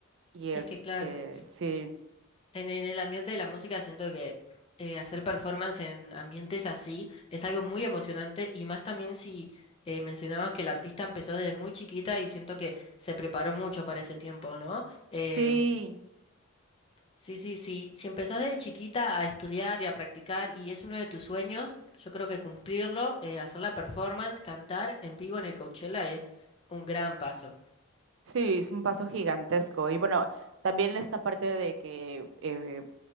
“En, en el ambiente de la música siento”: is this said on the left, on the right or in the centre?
Left